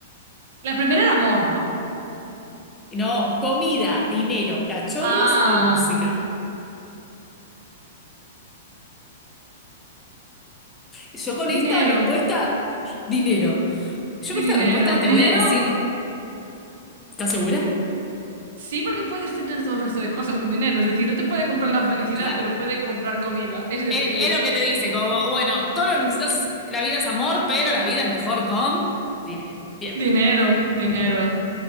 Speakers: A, on the right (about 65°); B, on the left (about 15°).
A: la primera era amor, ¿no?
B: No, comida, dinero, cachorros
A: Ah.
B: o música. Yo con esta
A: Dinero,
B: respuesta, dinero. Yo
A: dinero,
B: con esta respuesta te
A: dinero,
B: voy a decir, ¿estás segura?
A: sí, porque puedes tener todo el resto de cosas con dinero. Es decir, no te puede comprar la felicidad,
B: Claro.
A: pero puede comprar comida. Es decir,
B: Es, es lo que te dice, como, bueno, todo lo que necesitas, es- la vida es amor, pero la vida es mejor con dinero. Bien.
A: dinero, dinero.